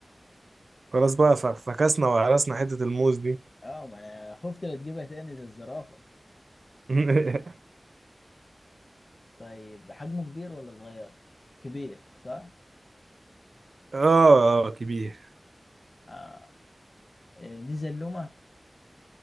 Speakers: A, on the right (about 75°); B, on the left (about 55°).
A: خلاص بقى ف- فكسنا وهرسنا حتة الموز دي
B: اه ما انا خفت لا تجيبها تاني زي الزرافه
A: <laughs>
B: طيب حجمه كبير ولا صغير كبير صح
A: اه آه، كبير
B: اه إيه، دي زلومه